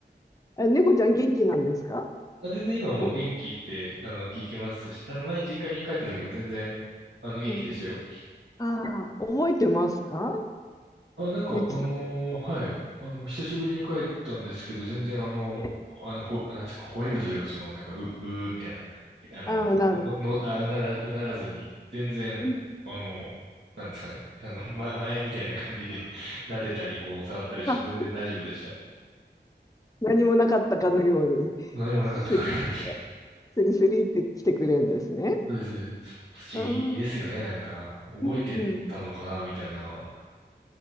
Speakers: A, on the left; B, on the right.
A: あ、猫ちゃん元気なんですか
B: あ、全然今も元気って、
A: お
B: あの、聞きますし、あの、前実家に帰った時も全然、あの、元気でしたよ。
A: うん。ああ、覚えてますか
B: あ、なんか、
A: ゆきさんと。
B: あのーはい、あの、久しぶりに帰ったんですけど、全然あの、
A: え
B: ほあの、ほ、なんていうか、吠えるというか、その、なんか、う、うーみたいな、えあの、
A: ああ、なる。
B: の、の、あ、うなら、うならずに、全然、
A: うん。
B: あの、なんですかね、あの、ま、前みたいな感じで <laughs> 撫でたり、こう、触ったりしても全然大丈夫でしたね。
A: あ、何もなかったかのように、
B: 何もなかったからより。
A: スリって、
B: <laughs>
A: スリスリって来てくれるんですね。
B: そうです、そうです。不思議ですよね、
A: うん。
B: なんか、覚えてたのかな、
A: うん。
B: みたいな。